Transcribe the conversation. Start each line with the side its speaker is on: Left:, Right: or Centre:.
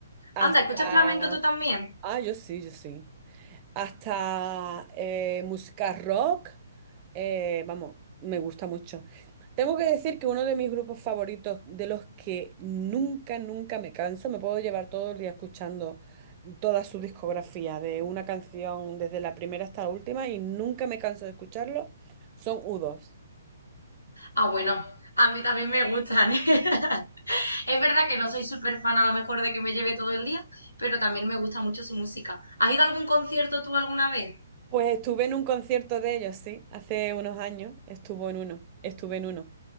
Right: hasta...
Left: Anda, ¿escuchas flamenco tú también?
Right: Ah, yo sí, yo sí. Hasta eh, música rock. Eh, vamos, me gusta mucho. Tengo que decir que uno de mis grupos favoritos, de los que nunca, nunca me canso, me puedo llevar todo el día escuchando toda su discografía, de una canción desde la primera hasta la última, y nunca me canso de escucharlo, son U2.
Left: Ah, bueno, a mí también me gustan, ¿eh? <laughs> Es verdad que no soy súper fan a lo mejor de que me lleve todo el día, pero también me gusta mucho su música. ¿Has ido a algún concierto tú alguna vez?
Right: Pues estuve en un concierto de ellos, sí, hace unos años, estuvo en uno, estuve en uno.